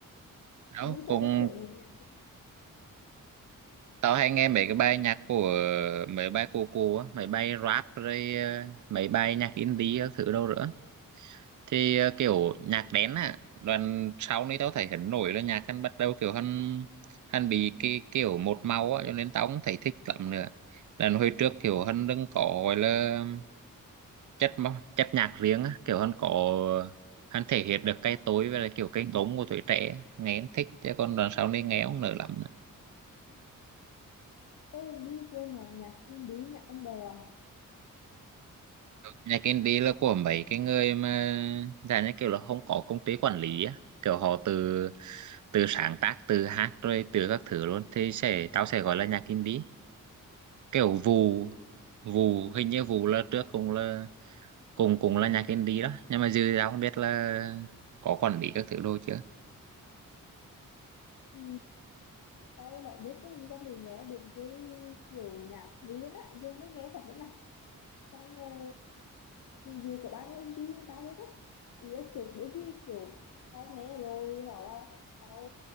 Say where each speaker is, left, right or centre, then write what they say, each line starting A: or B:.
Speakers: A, on the right (about 60°); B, on the left (about 65°).
A: đó
B: Mỹ
A: cũng
B: sẽ thích kiểu nhạc nhạc.
A: tao hay nghe mấy cái bài nhạc của mấy bài cô cô á mấy bài rap rồi ờ, mấy bài nhạc indie các thứ đâu nữa thì ờ, kiểu nhạc đen á đoạn sau này tao thấy hắn nổi là nhạc hắn bắt đầu kiểu hắn hắn bị cái kiểu một màu á cho nên tao không thấy thích lắm nữa lần hồi trước kiểu hắn đừng có gọi là chất ma- chất nhạc riêng á kiểu hắn có hắn thể hiện được cái tối với lại kiểu cái gống của tuổi trẻ nghe hắn thích chứ còn đoạn sau này nghe không nở lắm
B: Ê, Mỹ vừa nói nhạc indie, nhạc Ấn Độ à?
A: Nhà kinh tế là của mấy cái người mà dạng như kiểu là không có công ty quản lý á kiểu họ từ từ sáng tác từ hát rồi từ các thứ luôn thì sẽ tao sẽ gọi là nhà kinh tế kiểu vụ vụ hình như vụ là trước cũng là cùng cùng là nhà kinh tế đó nhưng mà dư tao không biết là có quản lý các thứ đồ chưa
B: Ừ. Tao đâu biết đấy, xong rồi nghe đến cái kiểu nhạc Mỹ luôn á. Dương mới nghe thật luôn nè. Xong rồi thì dù có bao nhiêu anh đi tao hết á ý là kiểu đôi khi kiểu tao nghe rồi hoặc là tao